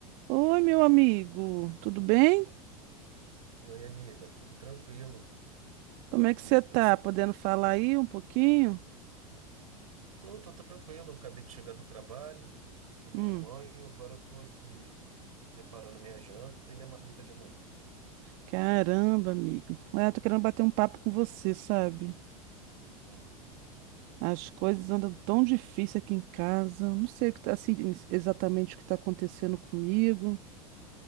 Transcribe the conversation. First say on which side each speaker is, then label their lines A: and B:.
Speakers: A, on the right; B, on the right.
A: Oi, meu amigo, tudo bem?
B: Oi, amiga, tudo tranquilo? Fala
A: Como é
B: comigo,
A: que você tá?
B: que você...
A: Podendo falar aí um pouquinho?
B: Tô, tô tranquilo, eu acabei de chegar do trabalho, tomei
A: Hum,
B: um banho, agora eu tô aqui preparando minha janta e minha marmita de amanhã.
A: caramba, amigo. Ah, eu tô querendo bater um papo com você, sabe?
B: Hum,
A: As coisas andam tão difíceis aqui em casa. Não sei o que tá, assim, exatamente o que tá acontecendo comigo.